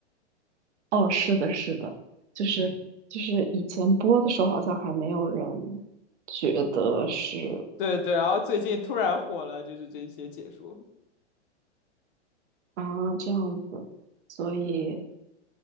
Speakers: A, on the right (about 75°); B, on the left (about 50°).
A: 哦，是的，是的，就是就是以前播的时候好像还没有人觉得是
B: 嗯，对对。然后最近突然火了，就是这些解说。
A: 啊这样子，所以。
B: 嗯